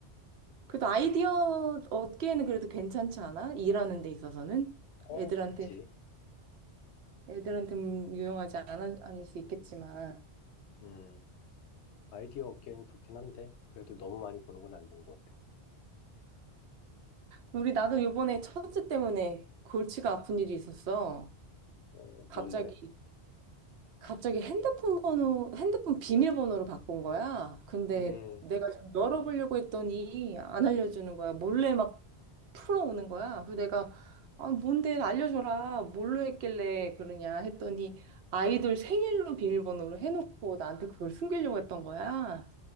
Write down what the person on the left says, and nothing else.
어,
좋지.
음, 음. 아이디어 얻기엔 좋긴 한데 그래도 너무 많이 보는 건 안 좋은 것 같아.
어, 뭔데?
음,